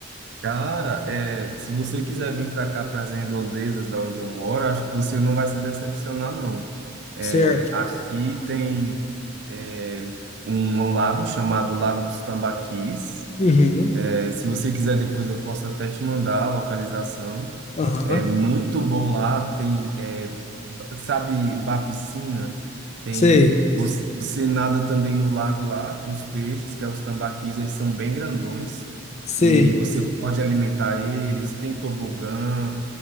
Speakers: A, on the right; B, on the left.
A: Cara, é, se você quiser vir para cá, para as redondezas da onde eu moro, acho que você não vai se decepcionar, não. É,
B: Certo.
A: aqui tem é, um lago chamado Lago dos Tambaquis.
B: Uhum.
A: É, se você quiser, depois eu posso até te mandar a localização.
B: Aham.
A: É muito bom lá. Tem, é, ba- sabe, ba piscina. Tem
B: Sei.
A: você, você nada também no lago lá com os peixes, que é os tambaquis. Eles são bem grandões
B: Sei.
A: e você pode alimentar eles. Tem tobogã,